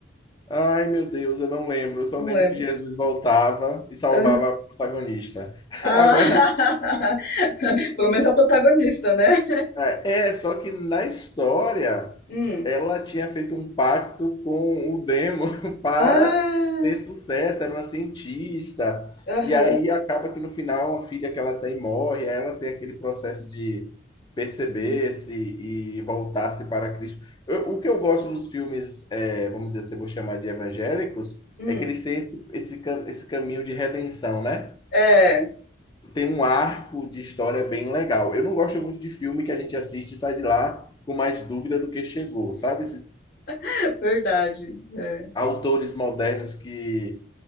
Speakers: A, on the left (about 25°); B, on the left (about 45°).
A: Ai, meu Deus, eu não lembro. Eu só
B: Não
A: lembro
B: lembro.
A: que Jesus voltava e salvava
B: Aham.
A: a protagonista. <laughs>
B: Ah,
A: Agora,
B: <laughs> pelo menos a protagonista, né?
A: É, é, só que na história
B: Hum.
A: ela tinha feito um pacto com o Demo <laughs> para
B: Ah,
A: ter sucesso, era uma cientista.
B: aham.
A: E aí acaba que no final uma filha que ela tem morre, aí ela tem aquele processo de perceber-se
B: uhum,
A: e voltar-se para Cristo. Eu- o que eu gosto dos filmes, é, vamos dizer assim, eu vou chamar de evangélicos,
B: hum.
A: é que eles têm esse, esse, cam- esse caminho de redenção, né?
B: É,
A: tem um arco de história bem legal. Eu não gosto muito de filme que a gente assiste e sai de lá com mais dúvida do que chegou, sabe? Esses
B: <laughs> verdade. é.
A: autores modernos que,